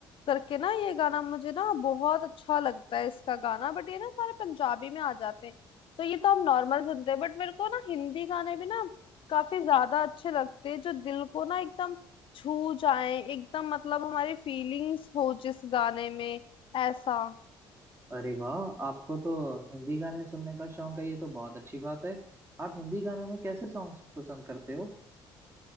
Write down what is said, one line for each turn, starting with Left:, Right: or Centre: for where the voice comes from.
Left: करके ना ये गाना मुझे ना बहुत अच्छा लगता है इसका गाना बट ये ना सारे पंजाबी में आ जाते हैं तो ये तो हम नॉर्मल सुनते हैं बट मेरे को ना हिंदी गाने भी ना काफी ज्यादा अच्छे लगते हैं जो दिल को ना एकदम छू जाए एकदम मतलब हमारी फीलिंग्स हो जिस गाने में ऐसा
Right: अरे वाह आपको तो हिंदी गाने सुनने का शौक है ये तो बहुत अच्छी बात है आप हिंदी गानों में कैसे सॉन्ग पसंद करते हो